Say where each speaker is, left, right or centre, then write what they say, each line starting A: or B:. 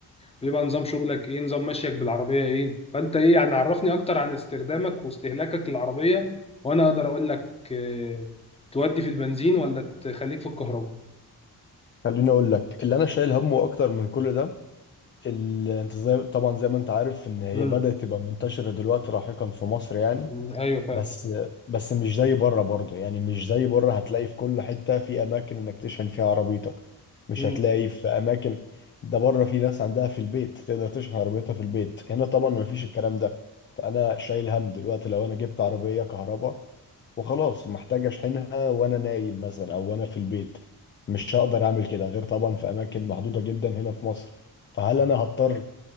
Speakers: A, on the left (about 15°); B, on the left (about 30°).
A: بيبقى نظام شغلك ايه نظام مشيك بالعربيه ايه فانت ايه يعني عرفني اكتر عن استخدامك واستهلاكك للعربيه وانا اقدر اقول لك اه تودي في البنزين ولا تخليك في الكهرباء
B: خليني اقول لك اللي انا شايل همه اكتر من كل ده ال- انت زي طبعا زي ما انت عارف ان هي
A: مم.
B: بدأت تبقى منتشرة دلوقتي لاحقا في مصر يعني
A: مم. ايوه فعلا
B: بس بس مش زي بره برضه يعني مش زي بره هتلاقي في كل حتة في أماكن إنك تشحن فيها عربيتك مش
A: مم.
B: هتلاقي في أماكن ده بره في ناس عندها في البيت تقدر تشحن عربيتها في البيت هنا طبعا
A: مم.
B: ما فيش الكلام ده فأنا شايل هم دلوقتي لو أنا جبت عربية كهرباء وخلاص محتاج أشحنها وأنا نايم مثلا أو وأنا في البيت مش هقدر أعمل كده غير طبعا في أماكن محدودة جدا هنا في مصر فهل أنا هضطر